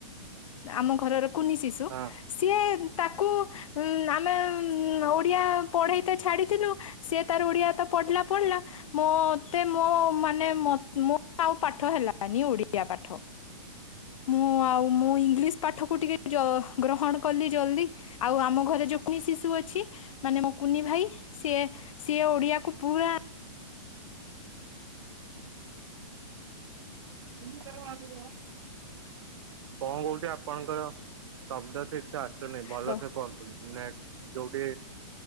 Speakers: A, on the left; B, on the right.
A: ଆମ ଘରର କୁନି ଶିଶୁ
B: ହଁ
A: ସିଏ ତାକୁ। ଉଁ ଆମେ ଉଁ ଓଡିଆ ପଢେଇ ତେ ଛାଡିଥିଲୁ। ସିଏ ତାର ଓଡିଆ ତ ପଢିଲା ପଢିଲା। ମତେ ମୋ ମାନେ ମୋ ମୋର ଆଉ ପାଠ ହେଲାନି ଓଡ଼ିଆ ପାଠ। ମୁଁ ଆଉ ମୁଁ ଇଂଲିଶ ପାଠକୁ ଟିକେ ଜ ଗ୍ରହଣ କଲି ଜଲଦି। ଆଉ ଆମ ଘରେ ହେଉ <unintelligible> ଶିଶୁ ଅଛି ମାନେ ମୋ କୁନି ଭାଇ ସିଏ ସିଏ ଓଡିଆକୁ ପୁରା
B: <unintelligible> କଣ କହୁଛିି ଆପଣଙ୍କର ଶବ୍ଦ ଠିକ ସେ ଆସୁନି ଭଲ
A: ତ
B: ସେ କୁହନ୍ତୁ <unintelligible> ନାଇ ଯୋଉଠି